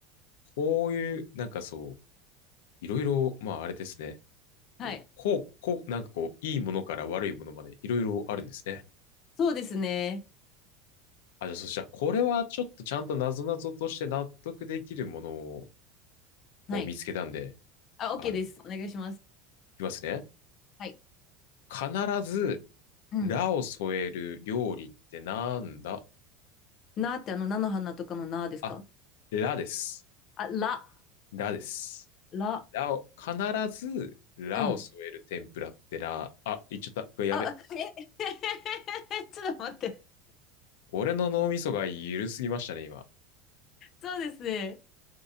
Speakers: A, on the left; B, on the left.
A: こういう、なんかそう、いろいろ、まああれですね。
B: はい。
A: こう、こう、こうなんかこう、いいものから悪いものまでいろいろあるんですね。
B: そうですね。
A: あ、じゃあそしたら、これはちょっとちゃんとなぞなぞとして納得できるものを
B: はい。
A: を見つけたんで、
B: あ、OK
A: あの、
B: です。
A: い
B: お願いします。
A: きますね。
B: はい。
A: 必ず、
B: うん。
A: ラを添える料理ってなんだ
B: なーってあの、菜の花とかのなーですか
A: あ、ラです。
B: あ、ら、
A: ラです。
B: ら。
A: ラを、必ず、ラを添える天ぷらってな、
B: うん。
A: あ、言っちゃった。これやべ。
B: あ、え <laughs> ちょっと待って。
A: 俺の脳みそが緩すぎましたね、今。
B: そうですね。